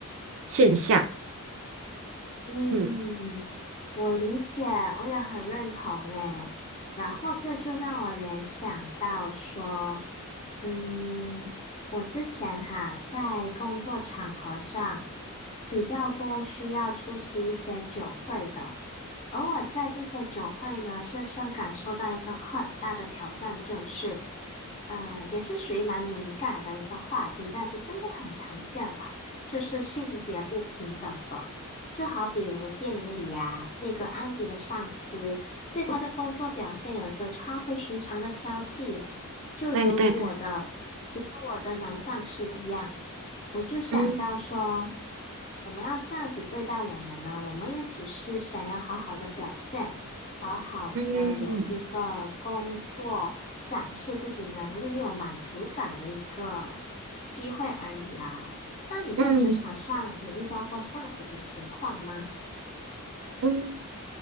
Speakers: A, on the right; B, on the left.
A: 现象。
B: 嗯，
A: 嗯，
B: 我理解，我也很认同诶。然后这就让我联想到说，嗯，我之前哈在工作场合上比较多需要出席一些酒会的，而我在这些酒会呢，深深感受到一个很大的挑战，就是，呃，也是属于蛮敏感的一个话题，但是真的很常见啦，就是性别不平等的。就好比如电影里呀、这个安迪的上司对他的工作表现有着超乎寻常的挑剔耶，就犹如我的，
A: 对对对，
B: 犹如我的男上司一样，我就想到说。
A: 嗯
B: 怎么要这样子对待我们呢？我们也只是想要好好的表现，好好的有一个工作，
A: 嗯
B: 展示自己能力又有满足感的一个机会而已啊。那你在职场上有遇到过这样子的情况吗？
A: 嗯嗯。